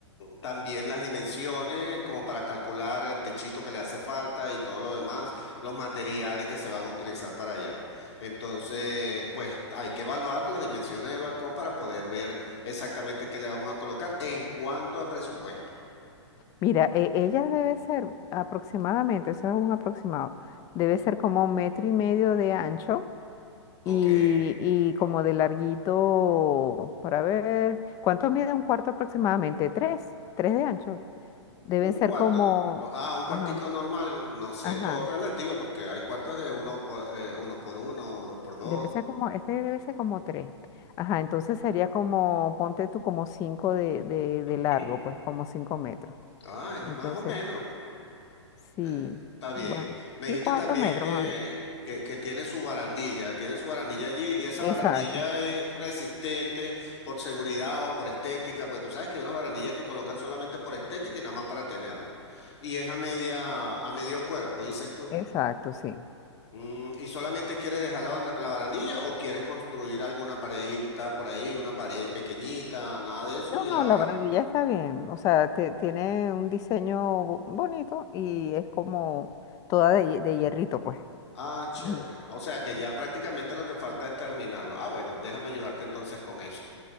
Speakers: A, on the left; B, on the left.
A: también las dimensiones como para calcular el techito que le hace falta y todo lo demás, los materiales que se van a utilizar para allá. Entonces, pues hay que evaluar las dimensiones del balcón para poder ver exactamente qué le vamos a colocar en cuanto a presupuesto.
B: Mira, e- ella debe ser aproximadamente, eso es un aproximado, debe ser como un metro y medio de ancho
A: Ok.
B: y, y como de larguito, para ver, ¿cuánto mide un cuarto aproximadamente? Tres, tres de ancho. Deben
A: Un
B: ser
A: cuarto.
B: como,
A: o- Ah, un cuartico
B: ajá,
A: normal, no sé,
B: ajá.
A: todo relativo, porque hay cuartos de uno por, eh, uno por uno, dos por dos.
B: Debe ser como, este debe ser como tres. Ajá, entonces sería como, ponte tú como cinco de, de, de
A: <clears throat>
B: largo, pues como cinco metros.
A: Ah, es
B: Entonces,
A: más o menos.
B: sí,
A: Eh, Está bien.
B: bueno,
A: Me dijiste
B: sí, cuatro
A: también
B: metros
A: que,
B: más o menos.
A: que, que tiene su barandilla, tiene su barandilla allí y esa
B: Exacto,
A: barandilla es resistente por seguridad o por estética, porque tú sabes que hay unas barandillas que colocan solamente por estética y nada más para tenerla. Y es a media, a medio cuerpo, dices tú.
B: exacto, sí.
A: Mm, ¿y solamente quieres dejar la, bana- la barandilla o quieres construir alguna paredita por ahí, una pared pequeñita, nada de eso
B: No,
A: y
B: no,
A: la barandilla?
B: la barandilla está bien. O sea, te- tiene un diseño bo- bonito y es como toda de, hie- de hierrito, pues.
A: Ah, chévere.
B: Ujú,
A: O sea que ya prácticamente lo que falta es terminarlo. Ah, bueno, déjame ayudarte entonces con eso.